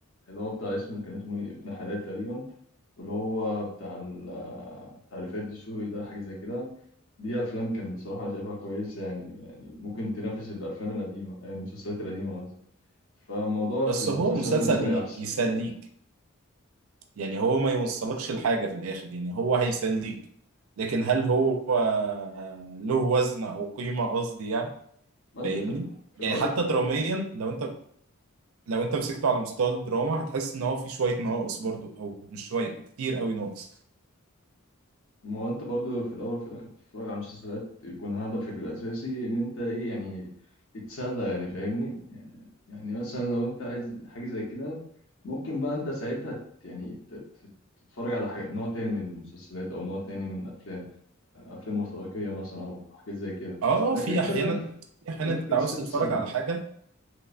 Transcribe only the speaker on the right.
بس
هو مسلسل
ي-
يسليك يعني هو ما يوصلكش لحاجة في الاخر يعني هو هيسليك لكن هل هو آه، له وزن او قيمة قصدي يعني
فاهمني
يعني
حتى
دراميا لو انت لو انت مسكته على مستوى الدراما هتحس ان هو في شوية ناقص برضو او مش شوية كتير قوي ناقص
اه آه،
في
احيانا
في احيانا
انت
عاوز تتفرج
على حاجة